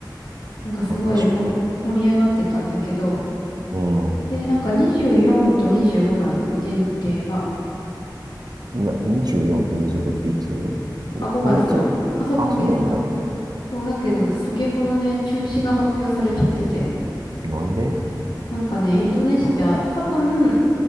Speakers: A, on the left; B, on the right.
A: なんかすごいも盛り上がってたんだけど、
B: あ、確か、うん。
A: で、なんか24と25なんだって、日程が。
B: 今、24と25っていつこ今月あ、
A: あ、5月の。あ、そう、今月の。
B: そうなんだ。
A: そうだけど、先ほどね、中止が発表されちゃってて、
B: なんで
A: なんかね、インドネシア、多分、